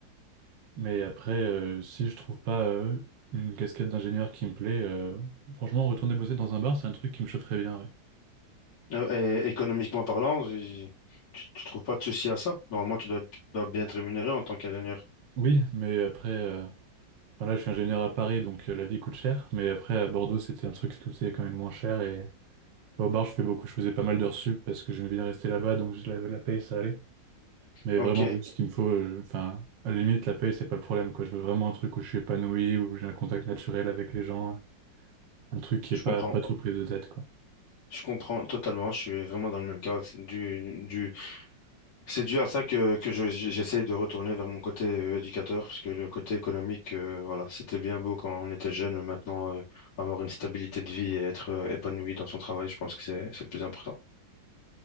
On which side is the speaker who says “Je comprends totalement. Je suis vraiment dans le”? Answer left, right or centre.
Left